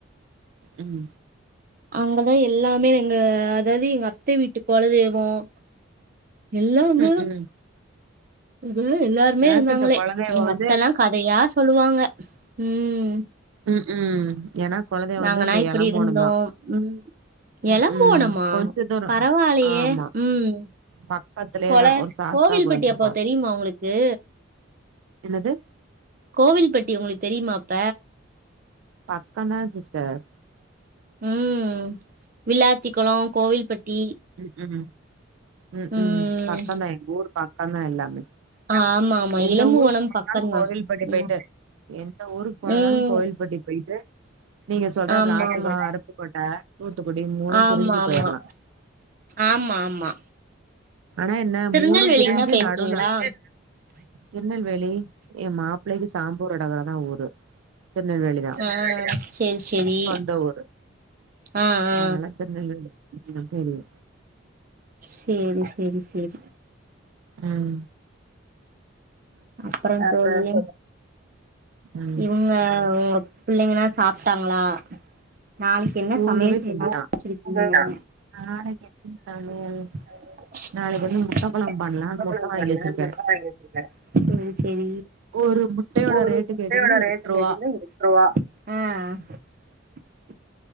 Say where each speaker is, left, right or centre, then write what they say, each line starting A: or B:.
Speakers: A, on the right; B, on the right.
A: உம்
B: அங்கதான் எல்லாமே எங்க அதாவது எங்க அத்தை வீட்டு கொலதெய்வம் எல்லாம் அங்க
A: ம்ஹ்ம்.
B: இது எல்லாருமே
A: எனக்கு
B: இருந்தாங்களே
A: இந்த குலதெய்வம்
B: எங்க
A: வந்து
B: அத்தைல்லாம் கதையா சொல்லுவாங்க உம்
A: உம் உம் ஏன்னா குலதெய்வம்
B: நாங்கனா
A: வந்து இந்த
B: இப்டி
A: எலம்போனம்
B: இருந்தோம்
A: தான்.
B: உம் எளம்
A: ம்ஹ்ம்.
B: போனமா
A: கொஞ்ச தூரம்.
B: பரவாயில்லையே
A: ஆமா.
B: உம்
A: பக்கத்திலேயே
B: கொல
A: தான் ஒரு சாஸ்தா
B: கோவில்பட்டி
A: கோயில் இருக்கும்.
B: அப்போ தெரியுமா உங்களுக்கு
A: என்னது
B: கோவில்பட்டி உங்களுக்கு தெரியுமாப்ப
A: பக்கம் தான் சிஸ்டர்
B: உம் விள்ளாத்தி குளம் கோவில்பட்டி
A: உம் உம் உம்
B: ம்
A: உம் பக்கந்தா எங்கூர் பக்கந்தா எல்லாமே
B: ஆமா ஆமா
A: எந்த
B: இளம்புவனம்
A: ஊருக்கு போனாலும்
B: பக்கந்தா
A: கோவில்பட்டி போயிட்டு
B: ம்
A: எந்த ஊருக்கு போனனாலும்
B: ம்
A: கோவில்பட்டி போயிட்டு நீங்க சொல்ற
B: ஆமா
A: விழாத்திகுளம்
B: ஆமா
A: அருப்பு கோட்டை ஆ தூத்துக்குடி மூணும்
B: ஆமா
A: திரிஞ்சி
B: ஆமா
A: போயிரலா
B: ஆமா ஆமா
A: ஆனா என்ன
B: திருநெல்வேலிக்குனா
A: மூணும் பிரிஞ்சு
B: போயிருக்கீங்களா
A: நடுவுல திருநெல்வேலி எ மா ப்பிளைக்கு சாம்பூர் அடகுறதா ஊரு திருநெல்வேலி தா
B: ஆ சேரி சேரி
A: சொந்த ஊர்
B: ஆ ஆ
A: அதனால திருநெல்வேலி தெரியு
B: சேரி செரி செரி
A: உம்
B: அப்புற தோழி
A: ம்
B: இங்க உங்க பிள்ளைங்களா சாப்டாங்களா நாளைக்கு என்ன
A: தூங்கவே
B: சமையல் செய்யலா
A: செஞ்சுட்டா
B: நெனச்சிடுருக்கங்க
A: நாளைக்கு என்ன
B: செரி
A: சமையல் நாளைக்கு வந்து முட்ட கொழம்பு பண்லான்னு முட்ட வாங்கி
B: செரி
A: வச்சிருக்கே ஒரு முட்டையோட ரேட்டு
B: ஆஹ்
A: கேட்டீங்கன்னா எட்டு ரூவா